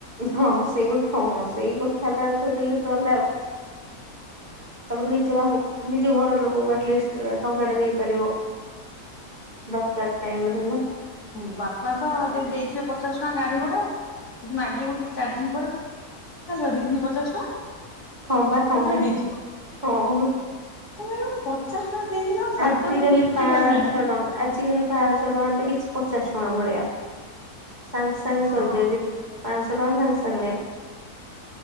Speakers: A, on the right (about 30°); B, on the left (about 85°).
A: ହଁ ସେଇ ହଁ ସେଇ କଥାଟା କହିଦେଲେ ତ ସଇଲା ଆଉ ତାପରେ ନିଜ ବା ନିଜ ଘର ଲୋକଙ୍କୁ ଆଟଲିଷ୍ଟ ଟଙ୍କା ଟା ଦେଇପାରିବ ଦରକାର ଟାଇମ୍ ରେ ନା
B: ବାପା ତ ଯେଦି ଦେଇଥିବେ ପଚାଶ ଟଙ୍କା ଗାଡି ଭଡା ଯଦି ମାଗିବୁ ଚାରି ଦିନ ପରେ ତ କାଲି ପା ଦେଇଥିଲି ପଚାଶ ଟଙ୍କା
A: ହଁ ପା ହଁ
B: ଟା ଖାଇ ଦେଇଛି।
A: ହଁଲୋ
B: ମୁଁ କହିଲି ପଚାଶ ଟଙ୍କା ଦେଇଥିଲ ଆଉ ସାତ
A: ଆଜି
B: ଦିନ
A: କାଲି
B: ବିତି
A: ପାଞ୍ଚଶହ
B: ଗଲାଣି
A: ଟଙ୍କା ଆଜିକାଲି ପାଞ୍ଚଶହ ଟଙ୍କା ଟି କିଛି ପଚାଶ ଟଙ୍କା ଭଳିଆ। ସାଙ୍ଗେ ସାଙ୍ଗେ
B: ହଁ।
A: ସାରି ଯାଉଛି ପାଁସ ଟଙ୍କା ସାଙ୍ଗେ ସାଙ୍ଗେ